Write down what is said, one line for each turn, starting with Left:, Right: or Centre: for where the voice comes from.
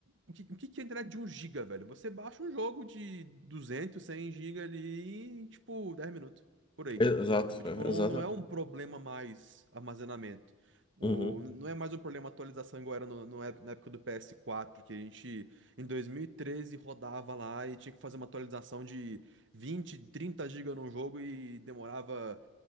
Right: o que, o que que é a internet de um giga, velho? Você baixa um jogo de 200 100 giga ali em, tipo, 10 minutos, por aí.
Left: e- exato,
Right: Sabe? Tipo,
Left: é,
Right: não,
Left: exatamente.
Right: não é um problema mais armazenamento. O,
Left: Uhum.
Right: não é mais um problema atualização igual era no, no ép- na época do ps quatro que a gente, em 2013 rodava lá e tinha que fazer uma atualização de 20 30 giga num jogo e demorava